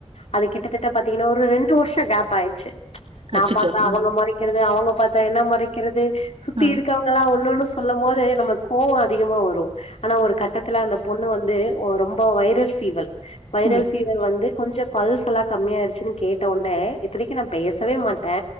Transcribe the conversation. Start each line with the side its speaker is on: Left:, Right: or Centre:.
Left: அது கிட்டத்தட்ட பாத்தீங்கன்னா ஒரு ரெண்டு வருஷோ கேப் ஆயிடுச்சு நா
Right: அச்சச்சோ
Left: பாத்தா அவுங்க
Right: ஆ
Left: முறைக் க்கிறது அவுங்க பாத்தா என்ன முறைக்கிறது சுத்தி
Right: ஆ
Left: இருக்கவங் எல்லா ஒன்ன ஒன்னு சொல்லு போது நம்ளுக் கோவோ அதிகமா வரு ஆனா ஒரு கட்டத்துல அந்த பொண்ணு வந்து ஒ ரொம்ப வைரல் ஃபீவல் வைரல்
Right: ம்
Left: ஃபீவர் வந்து கொஞ்சோ பல்ஸ் எல்லா கம்மியாயிருச்சு னு கேட்ட ஒட்னே இத்தனைக்கு நா பேசவே மாட்டே